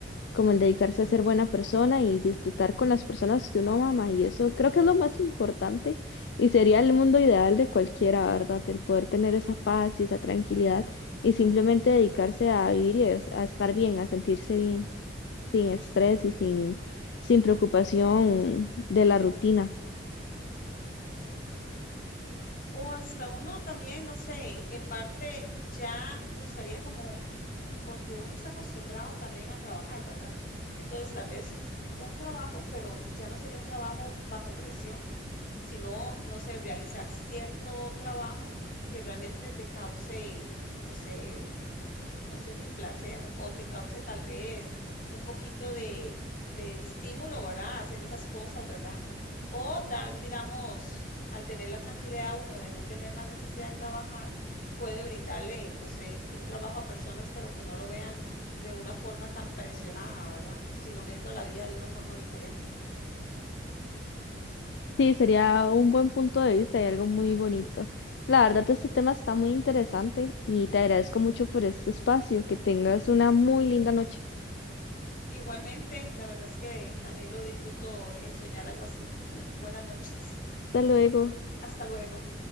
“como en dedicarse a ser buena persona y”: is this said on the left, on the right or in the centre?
Left